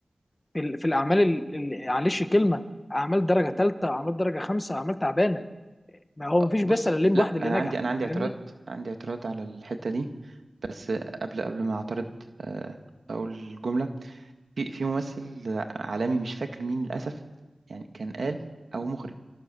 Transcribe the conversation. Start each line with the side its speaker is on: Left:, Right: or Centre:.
Left: في, ال- في الاعمال ال- ال- معلش كلمه اعمال درجه ثالثه اعمال درجه خمسه اعمال تعبانه ما هو مفيش
Right: بص
Left: بس الا الليمبي
Right: لا
Left: واحد اللي
Right: انا
Left: نجح
Right: عندي انا عندي
Left: فاهمني
Right: اعتراض عندي اعتراض على الحته دي بس قبل قبل ما اعترض آه، اقول جمله في في ممثل عالمي مش فاكر مين للاسف يعني كان قال او مخرج